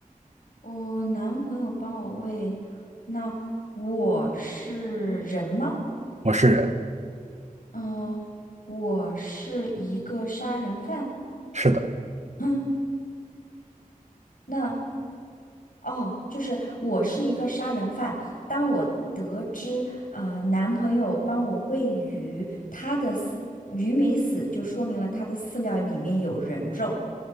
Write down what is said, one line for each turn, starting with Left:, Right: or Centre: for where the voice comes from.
Left: 我男朋友帮我喂，那我是人吗？
Right: 我是人，
Left: 嗯、我是一个杀人犯。
Right: 是的，
Left: <laughs> 哼，那。哦，就是我是一个杀人犯。当我得知呃男朋友帮我喂鱼，他的饲鱼没死，就说明了他的饲料里面有人肉。